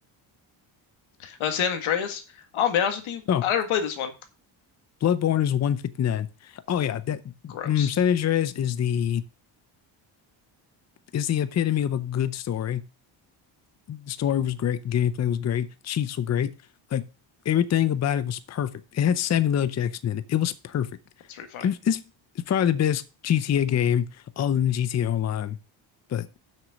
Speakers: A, on the left; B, on the left.
A: Uh, San Andreas, I'll be honest with you,
B: Oh,
A: I never played this one.
B: Bloodborne is 159. Oh yeah, that
A: Gross.
B: mm, San Andreas is the is the epitome of a good story. The story was great, gameplay was great, cheats were great. Like everything about it was perfect. It had Samuel L. Jackson in it. It was perfect.
A: That's pretty funny.
B: It, it's it's probably the best GTA game other than GTA Online, but